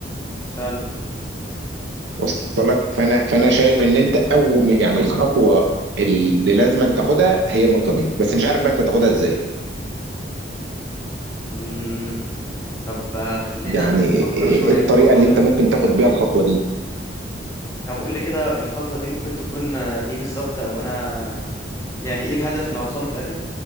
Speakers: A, on the left (about 15°); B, on the right (about 80°).
A: فعلا
B: وصل لك فانا فانا شايف ان انت اول يعني الخطوه اللي لازم تاخدها هي النقطه دي بس مش عارف بقى انت تاخدها ازاي
A: امم طب آه، خلينا
B: يعني
A: نفكر
B: إيه- إيه
A: شويه
B: الطريقه
A: في الموضوع
B: اللي
A: ده
B: انت ممكن تاخد بيها الخطوه دي
A: طب قول لي كده الخطوه دي ممكن تكون آه، ايه بالظبط او انا يعني ايه الهدف اللي هوصله في الاخر